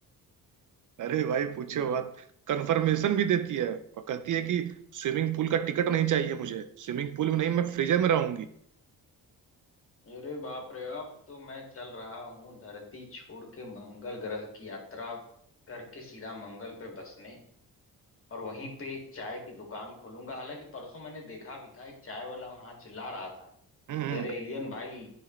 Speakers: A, on the right; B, on the left.
A: अरे भाई पूछो बात कंफर्मेशन भी देती है और कहती है कि स्विमिंग पूल का टिकट नहीं चाहिए मुझे स्विमिंग पूल में नहीं मैं फ्रीजर में रहूंगी
B: अरे बाप रे अब तो मैं चल रहा हूँ धरती छोड़ के मंगल ग्रह की यात्रा करके सीधा मंगल पे बसने और वहीं पे एक चाय की दुकान खोलूंगा हालांकि परसों मैंने देखा भी था एक चाय वाला वहां चिल्ला रहा था
A: हम्म हम्म
B: यार एलियन भाई